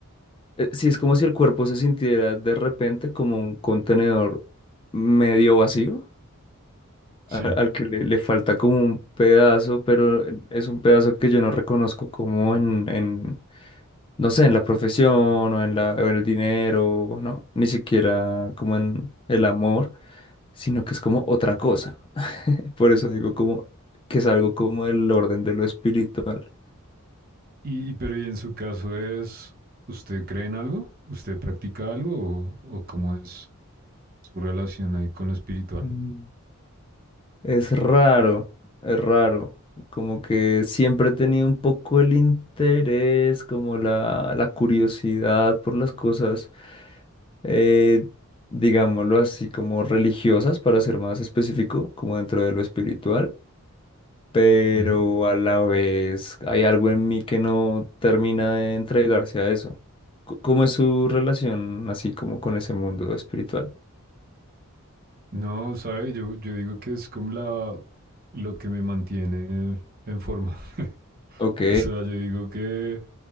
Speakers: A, on the left; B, on the right.
A: eh, sí, es como si el cuerpo se sintiera de repente como un contenedor medio vacío,
B: sí.
A: a- al que le, le falta como un pedazo, pero es un pedazo que yo no reconozco como en, en no sé, en la profesión o en la, o en el dinero, ¿no? Ni siquiera como en el amor, sino que es como otra cosa. <laughs> Por eso digo como que es algo como el orden de lo espiritual.
B: Y, y pero y en su caso es, ¿usted cree en algo? ¿Usted practica algo? ¿O, o cómo es su relación ahí con lo espiritual?
A: Mm. Es raro, es raro. Como que siempre he tenido un poco el interés, como la, la curiosidad por las cosas, eh, digámoslo así, como religiosas, para ser más específico, como dentro de lo espiritual pero
B: Ujú.
A: a la vez hay algo en mí que no termina de entregarse a eso. Co- ¿Cómo es su relación así como con ese mundo espiritual?
B: No, sabe, yo, yo digo que es como la, lo que me mantiene en forma. <laughs>
A: Ok,
B: O sea, yo digo que